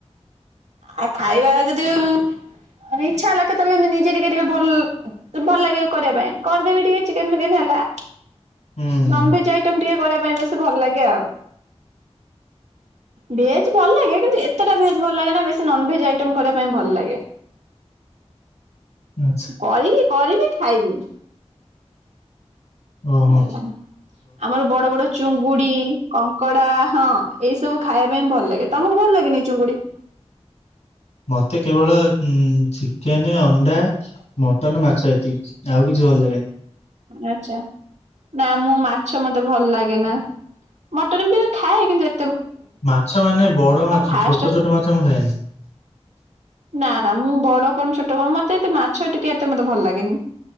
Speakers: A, on the right (about 80°); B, on the left (about 85°).
A: ଆ ଖାଇବା ଯଦି। ଆ ଇଚ୍ଛା ହେଲା କେତେବେଳେ କେମିତି ନିଜେ ଟିକେ ଟିକେ ଭଲ ଉଁ ଭଲ ଲାଗେ କରିବା ପାଇଁ କରିଦେବି ଟିକେ ଚିକେନ ଫିକେନ୍ ହେଲା।
B: ହୁଁ
A: ନନ୍ ଭେଜ ଆଇଟମ ଟିକେ କରିବା ପାଇଁ ବେଶୀ ଭଲ ଲାଗେ ଆଉ। ଭେଜ ଭଲ ଲାଗେ କିନ୍ତୁ ଏତେ ଟା ଭେଜ ଭଲ ଲାଗେ ନା ବେଶୀ ନନ୍ ଭେଜ ଆଇଟମ କରିବା ପାଇଁ ଭଲ ଲାଗେ।
B: ଆଚ୍ଛା
A: କରିବି କରିବି ଖାଇବି।
B: ଓ ହୋ।
A: ହେଲା। ଆମର ବଡ ବଡ ଚୁଙ୍ଗୁଡି ଇ କଙ୍କଡା ହଁ ଏଇ ସବୁ ଖାଇବା ପାଇଁ ଭଲ ଲାଗେ। ତମକୁ ଭଲ ଲାଗେନି ଚୁଙ୍ଗୁଡି?
B: ମତେ କେବଳ ଉଁ ଚିକେନେ, ଅଣ୍ଡା, ମଟନ, ମାଛ ଏତିକି ଆଉ କିଛି ଭଲ ଲାଗେନି।
A: ଆଚ୍ଛା। ନା ମୁଁ ମାଛ ମତେ ଭଲ ଲାଗେ ନା ମଟନ ବି ଖାଏ କିନ୍ତୁ ଏ
B: ମାଛ ମାନେ ବଡ ମାଛ
A: ଫାଷ୍ଟ
B: ଛୋଟ ଛୋଟ ମାଛ ମୁଁ ଖାଏନି।
A: ନା ନା ମୁଁ ବଡ କଣ ଛୋଟ ମତେ ଏତେ ମାଛ ଟିକେ ଏତେ ମତେ ଭଲ ଲାଗେନି।